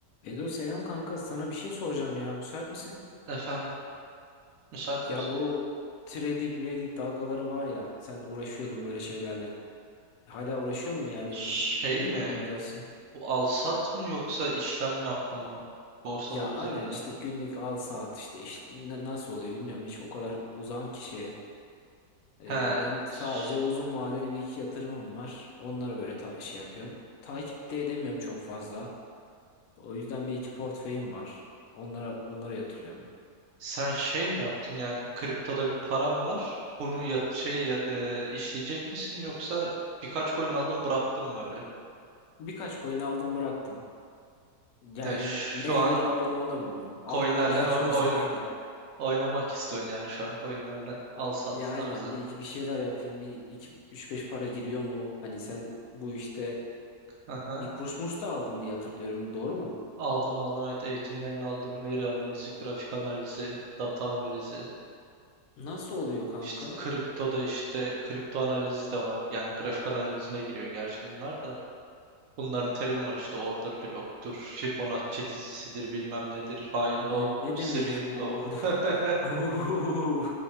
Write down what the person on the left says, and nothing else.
Bedo selam kanka sana bir şey soracağım ya müsait misin?
Ya
bu trading trading dalgaları var ya sen uğraşıyordun böyle şeylerle. Hala uğraşıyor mu yani
ne
durumdasın?
Ya
aynen işte günlük al saat işte, iş na- nasıl oluyor bilmiyorum hiç o kadar uzağım ki şeye. Ee,
ben
sadece uzun vadeli bir iki yatırımım var. Onları böyle ta şey yapıyorum. Takip de edemiyorum çok fazla. O yüzden bir iki portföyüm var. Onlara onlara yatırıyorum.
Birkaç coin aldım bıraktım. Yani
neye
göre aldım
onu da bilmiyorum. Altcoin'lerin
<laughs> çoğu
zararda.
Ya aynen
bir iki bir şeyler yapayım. Bir iki üç beş para giriyor mu? Hani sen bu işte
bir kurs murs da aldın diye hatırlıyorum. Doğru mu?
Nasıl oluyor kanka?
Ne,
ne
demek bu
orada?
<laughs> Au,